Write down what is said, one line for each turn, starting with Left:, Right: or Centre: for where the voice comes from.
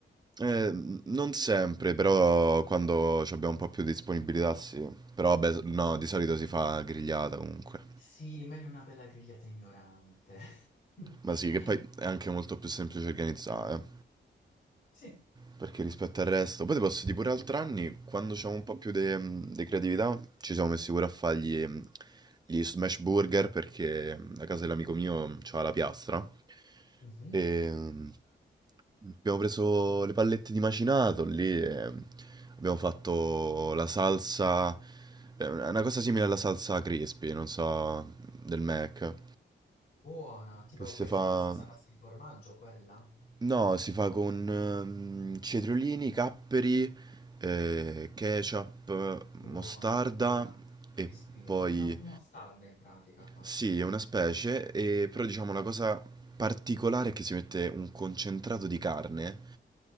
Right: Eh, n- non sempre, però quando ci abbiamo un po' più di disponibilità sì. Però vabbè, s- no, di solito si fa grigliata comunque.
Left: Sì, meglio una bella grigliata ignorante. <laughs>
Right: Ma sì, che poi è anche molto più semplice organizzare, eh,
Left: Sì.
Right: perché rispetto al resto... Poi ti posso dire pure altri anni, quando c'è un po' più di creatività, ci siamo messi pure a fargli gli gli smash burger, perché a casa dell'amico mio c'ha la piastra.
Left: Mhm.
Right: Ehm, abbiamo preso le pallette di macinato lì e abbiamo fatto la salsa, eh, una cosa simile alla salsa crispy, non so, del Mac,
Left: Buona, tipo
Right: che si
Left: questa
Right: fa...
Left: è una salsa a base di formaggio quella?
Right: No, si fa con ehm, cetriolini, capperi, eh, ketchup,
Left: Buona,
Right: mostarda
Left: buona, mi
Right: e
Left: ispira.
Right: poi
Left: È una mostarda in pratica quasi.
Right: Sì, è una specie, e- però diciamo la cosa particolare è che si mette un concentrato di carne